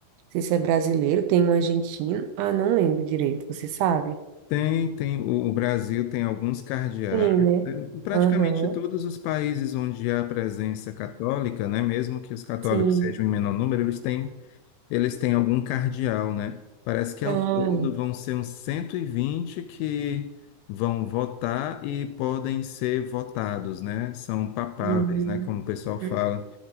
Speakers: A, on the right; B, on the left.
A: sei se é brasileiro, tem um argentino. Ah, não lembro direito, você sabe?
B: Tem, tem, o, o Brasil tem alguns cardeais,
A: Tem, né?
B: né? praticamente
A: Aham,
B: todos os países onde há presença católica, né? Mesmo que os católicos
A: sim.
B: sejam em menor número, eles têm eles têm algum cardeal, né? Parece que ao
A: Ai,
B: todo vão ser uns 120 que vão votar e podem ser votados, né? São papáveis,
A: uhum.
B: né? Como o pessoal fala.
A: Hum.